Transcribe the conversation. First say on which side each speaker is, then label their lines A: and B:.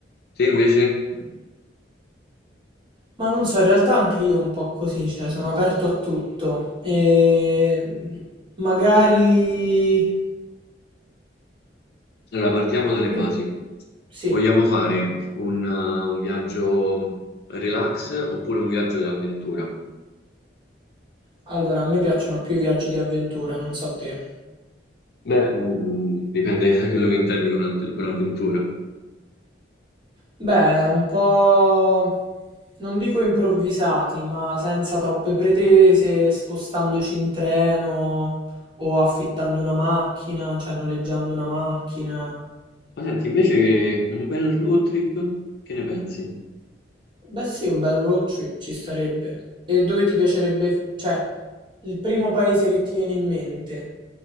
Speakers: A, on the left (about 60°); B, on the right (about 25°).
A: Te invece?
B: Ma non so, in realtà anche io un po' così, cioè sono aperto a tutto. E magari...
A: Allora, partiamo dalle
B: Sì,
A: basi.
B: Sì,
A: Vogliamo fare un, eh, un viaggio relax oppure un viaggio d'avventura?
B: allora a me piacciono più i viaggi di avventura, non so te.
A: Beh, mm, mm, dipende da quello che intendi con, ant- con avventura.
B: Beh, un po' non dico improvvisati, ma senza troppe pretese, spostandoci in treno o affittando una macchina, cioè noleggiando una macchina.
A: Ma senti, invece che un bel road trip, che ne pensi?
B: Beh, sì, un bel road trip ci sarebbe. E dove ti piacerebbe, cioè, il primo paese che ti viene in mente?